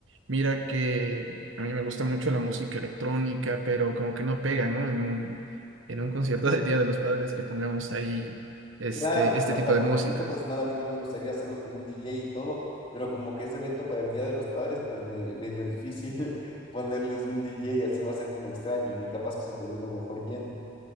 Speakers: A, on the right; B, on the left.
A: mira que a mí me gusta mucho la música electrónica, pero como que no pega, ¿no? En un, en un concierto del Día de los Padres que pongamos ahí este,
B: Claro, pues,
A: este
B: o
A: tipo
B: sea, por
A: de músicas.
B: gusto personal a mí también me gustaría hacerlo con un DJ y todo, pero como que ese evento para el Día de los Padres, pues me, me dio difícil <laughs> ponerles un DJ, así va a ser como extraño y capaz que se termina mejor yendo.